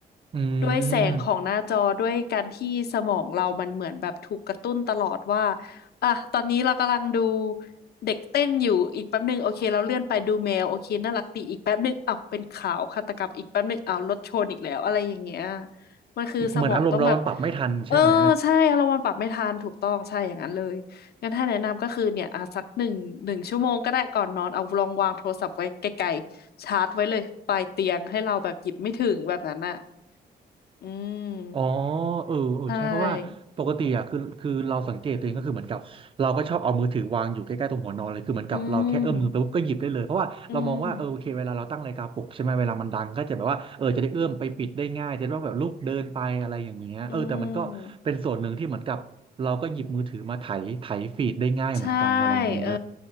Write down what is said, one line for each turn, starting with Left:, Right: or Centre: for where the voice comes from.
Right: อื
Left: ด้วยแสงของหน้าจอด้วยการที่สมองเรามันเหมือนแบบถูกกระตุ้นตลอดว่า
Right: ม
Left: อ่ะตอนนี้เรากำลังดูเด็กเต้นอยู่อีกแป๊บหนึ่งโอเคเราเลื่อนไปดูแมวโอเคน่ารักดีอีกแป๊บหนึ่งอ้าวเป็นข่าวฆาตกรรมอีกแป๊บหนึ่งอ้าวรถชนอีกแล้วอะไรอย่างเงี้ยมันคือสมองต้องแบบ
Right: เหมือนอารมณ์เรามันปรับไม่ทันใช่ไหม
Left: เออใช่เรามันปรับไม่ทันถูกต้องใช่อย่างนั้นเลยงั้นถ้าแนะนำก็คือเนี่ยอ่ะสักหนึ่งหนึ่งชั่วโมงก็ได้ก่อนนอนเอาลองวางโทรศัพท์ไว้ไกลๆชาร์จไว้เลยปลายเตียงให้เราแบบหยิบไม่ถึงแบบนั้นน่ะอืม
Right: อ๋อเออเออใช่เพราะว่าปกติอ่ะคือคือเราสังเกตตัวเองก็คือเหมือนกับเราก็ชอบเอามือถือวางอยู่ใกล้ๆตรงหัวนอนเลยคือเหมือนกับเราแค่เอื้อมมือไปปุ๊บก็หยิบได้เลยเพราะว่าเรามองว่าเออโอเคเวลาเราตั้งนาฬิกาปลุกใช่ไหมเวลามันดังก็จะแบบว่าเออจะได้เอื้อมไปปิดได้ง่ายจะได้แบบลุกเดินไปอะไรอย่างเงี้ยเออแต่มันก็เป็นส่วนหนึ่งที่เหมือนกับเราก็หยิบมือถือมาไถไถฟีดได้ง่ายเหมือนกันอะไรอย่างเงี้ย
Left: ใช่อืมอืมอืม ใช่เออ